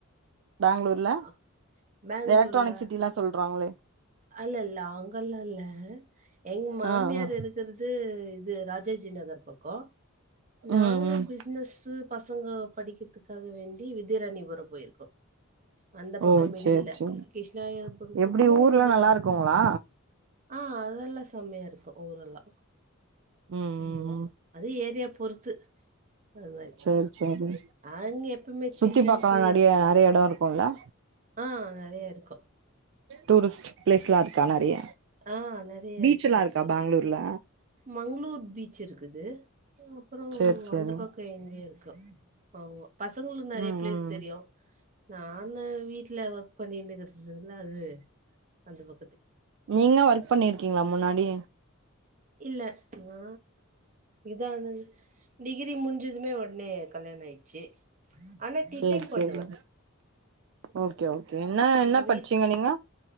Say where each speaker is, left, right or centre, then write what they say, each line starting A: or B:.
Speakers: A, on the right; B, on the right.
A: பெங்களூர் இல்ல
B: அ- பெங்களூர்ல
A: எலக்ட்ரானிக் சிட்டி எல்லாம் சொல்றாங்களே
B: அல்ல அல்ல அங்கல்லா அல்ல ல்ல எங்க மாமியார்
A: ஆ ஆ
B: இருக்கிறது இது ராஜாஜி நகர் பக்கம் நாங்க
A: ம் ம்
B: பிசனஸ் <unintelligible> பசங்க படிக்கிறதுக்காக வேண்டி வித்யாராணிபுரம் போயிருக்கோம் அந்த பக்கம்
A: ஓ
B: மெடல
A: சேரி சேரி
B: கிருஷ்ணாயரபுரத்துக்கும்
A: எப்டி ஊர்லா
B: இந்த
A: நல்லா இருக்குங்களா
B: ஆஹ் அதெல்லாம் செம்மையா இருக்கும் ஊரெல்லாம்
A: உம்
B: ம்.
A: உம் உம்
B: அது ஏரியா பொறுத்து அது மாதிரி
A: சரி சரி
B: அங்க எப்பவுமே
A: சுத்தி
B: சில்லுன்னு
A: பாரக்கலாம்
B: கூலா
A: நைய நிறைய இடம் இருக்கும்ல்லா
B: ஆஹ் நிறைய இருக்கும்
A: டூரிஸ்ட் பிளேஸ் எல்லாம் இருக்கா
B: ம்.
A: நிறைய
B: ஆ நிறைய
A: பீச்ச
B: இருக்குது
A: எல்லாம்
B: அந்த
A: இருக்கா
B: பக்கம்
A: பெங்களூர்ல
B: மங்களூர் பீச் இருக்குது அப்புறம்
A: சேரி சேரி
B: அந்த பக்கம் எங்கே இருக்கும் பசங்களுக்கு நிறைய
A: ம்
B: பிளேஸ்
A: ம்
B: தெரியும் நான வீட்ல ஒர்க் பண்ணட்டுங்கிறதுதுல அது அந்த ப
A: நீங்க ஒர்க் பண்ணிருக்கீங்களா முன்னாடி
B: இல்ல ஆ இதா டிகிரி முடிஞ்சு எதுமே உடனே கல்யானோ ஆயிடுச்சு ஆனா டீச்சிங்
A: சேரி சேரி
B: பண்ணுவே
A: ஓகே ஓ என்னா
B: அங்க
A: என்ன
B: வீட்
A: படிச்சீங்க நீங்க